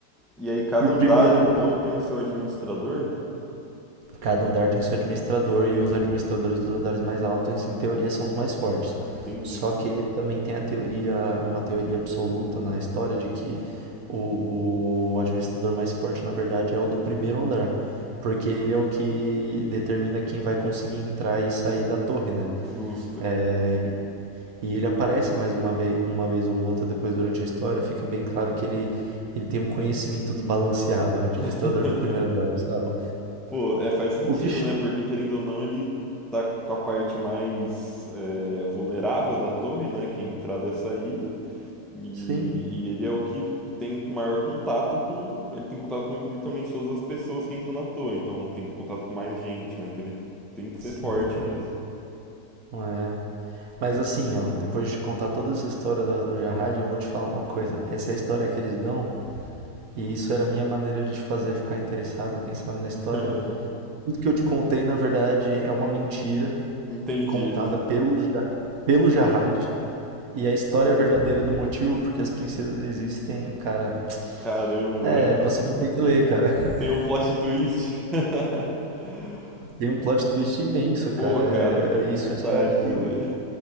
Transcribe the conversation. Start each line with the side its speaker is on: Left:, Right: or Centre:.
Centre: E aí cada
Right: E o
Centre: andar
Right: primeiro.
Centre: então tem o seu administrador?
Right: Cada andar tem seu administrador e os administradores dos andares mais altos, em teoria, são os mais fortes.
Centre: Entendi.
Right: Só que também tem a teoria, uma teoria absoluta na história de que o, o administrador mais forte, na verdade, é o do primeiro andar, porque ele é o que determina quem vai conseguir entrar e sair da torre, né?
Centre: Justo.
Right: É, e ele aparece mais uma vez, uma vez ou outra depois durante a história, fica bem claro que ele, ele tem um conhecimento desbalanceado, o administrador
Centre: <laughs>
Right: do primeiro andar, sabe?
Centre: Pô, é, faz sentido,
Right: O que, ch-
Centre: né? Porque querendo ou não, ele tá com a parte mais é, vulnerável da torre, né? Que é a entrada e a saída. E,
Right: sim,
Centre: e ele é o que tem maior contato com. Ele tem contato com literalmente todas as pessoas que entram na torre. Então tem contato com mais gente, né? Então ele tem que
Right: Sim,
Centre: ser forte
Right: cara.
Centre: mesmo.
Right: É. Mas assim, ó, depois de contar toda essa história da- do Jarrad, eu vou te falar uma coisa. Essa é a história que eles dão, e isso era a minha maneira de te fazer ficar interessado, quem sabe, na história.
Centre: <laughs>
Right: Tudo que eu te contei, na verdade, é uma mentira
Centre: Entendi.
Right: contada pelo, Ja- pelo Jarrad. E a história é verdadeira do motivo porque as princesas existem, cara.
Centre: Caramba.
Right: É, você
Centre: <laughs>
Right: vai ter que ler, cara. <laughs>
Centre: Tem um plot twist. <laughs>
Right: Tem um plot twist imenso, cara.
Centre: Pô, cara,
Right: É,
Centre: fiquei com
Right: isso
Centre: vontade
Right: é só o que.
Centre: de ler.